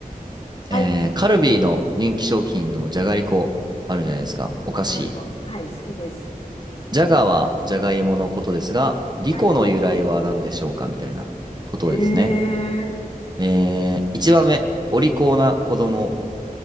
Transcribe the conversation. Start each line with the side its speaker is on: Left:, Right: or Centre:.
Left: はい、
Right: えー、カルビーの人気商品のじゃがりこ、あるじゃないですか。お菓子。
Left: じゃがりこ。はい、好きです。
Right: じゃがはじゃがいものことですが、リコの由来は何でしょうかみたいなことですね。
Left: はい。ええ、
Right: えー、1番目、お利口な子供。